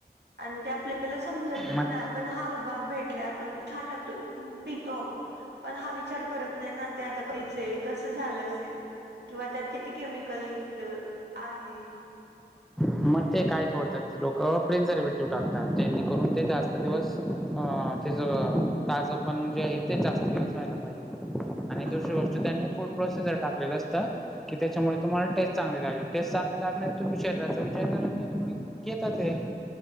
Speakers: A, on the right (about 75°); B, in the centre.
A: आणि ते आपल्या त्याला समजत पण
B: मग
A: नाही आपण हा बाबा भेटलाय आपण छान लागतो पितो आप पण हा विचार करत नाही ना ते आता कच कस झालं असेल किंवा त्यात किती केमिकल युक्त आहे.
B: मग ते काय करतात ते लोक प्रिझर्वेटिव्ह टाकतात जेणेकरून ते जास्त दिवस तेच ताजं पण जे आहे ते जास्त दिवस राहायला पाहिजे.
A: <unintelligible>
B: म्हणून आणि दुसरी गोष्ट त्यांनी प्रासेसर टाकलेले असत की त्याच्यामुळे तुम्हाला टेस्ट चांगली लागेल टेस्ट चांगली लाग त याचा विचार करत नाही तुम्ही घेतात हे